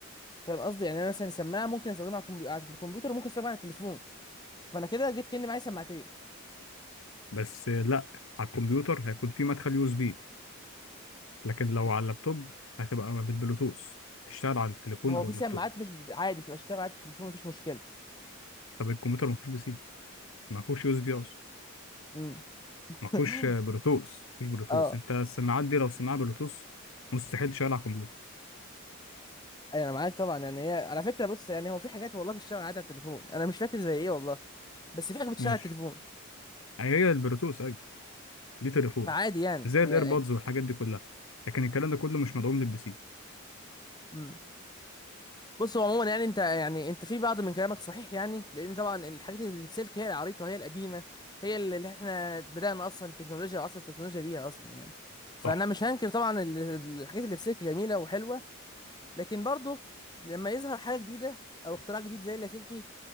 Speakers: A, on the left; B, on the left.
A: فاهم قصدي يعني انا مثلا سماعه ممكن استخدمها على الكمبي- على الكمبيوتر وممكن استخدمها على التليفون فانا كده جيت كاني معايا سماعتين
B: بس لا على الكمبيوتر هيكون في مدخل يو اس بي لكن لو على اللابتوب هتبقى بالبلوتوث تشتغل على التليفون
A: هو
B: او
A: في
B: اللابتوب
A: سماعات مش بيبقى عادي بتبقى اشتغل على التليفون مفيش مشكله
B: طب الكمبيوتر ما فيهوش بي سي ما فيهوش يو اس بي اصلا
A: امم <laughs>
B: ما فيهوش آه، بلوتوث مش بلوتوث
A: اه
B: انت السماعات دي لو سماعه بلوتوث مستحيل تشتغل على الكمبيوتر
A: انا معاك طبعا يعني هي على فكره بص يعني هو في حاجات والله بتشتغل عادي على التليفون انا مش فاكر زي ايه والله بس في حاجه بتشتغل
B: ماشي
A: على التليفون
B: أي هي البلوتوث ايوه دي تليفون
A: فعادي يعني
B: زي
A: هي
B: الايربودز والحاجات دي كلها لكن الكلام ده كله مش مدعوم للبي سي
A: ايه بص هو عموما يعني انت يعني انت في بعض من كلامك صحيح يعني لان طبعا الحاجات اللي في سلك هي العريقه هي القديمه هي اللي اللي احنا بدانا اصلا التكنولوجيا وعصر التكنولوجيا بيها اصلا يعني فانا
B: صح
A: مش هنكر طبعا ال- ال- الحاجات اللي في سلك جميله وحلوه لكن برضه لما يظهر حاجه جديده او اختراع جديد زي اللاسلكي